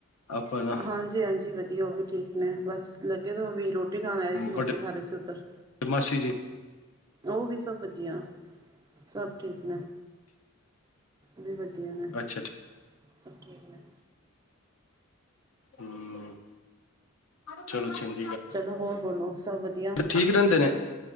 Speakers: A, on the left (about 75°); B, on the right (about 20°).
A: ਆਪਣਾ
B: ਹਾਂਜੀ ਹਾਂਜੀ ਵਧੀਆ ਉਹ ਵੀ ਠੀਕ ਨੇ ਬਸ ਲੱਗੇ ਓਵੀ ਰੋਟੀ ਖਾਣ ਆਏ ਸੀ ਰੋਟੀ
A: ਵੱਡੇ
B: ਖਾ ਰਹੇ ਸੀ ਉੱਧਰ
A: ਮਾਸੀ ਜੀ
B: ਐੱ ਵੀ ਸਭ ਵਧੀਆ ਸਭ ਠੀਕ ਨੇ ਵੀ ਵਧੀਆ ਤੇ ਏਨੇ
A: ਅੱਛਾ
B: ਸਭ ਠੀਕ ਨੇ
A: ਹੂ ਚਲੋ ਚੰਗਾ
B: ਚਲੋ ਹੋਰ ਬੋਲੋ ਸਭ ਵਧੀਆ।
A: ਠੀਕ ਰਹਿੰਦੇ ਨੇ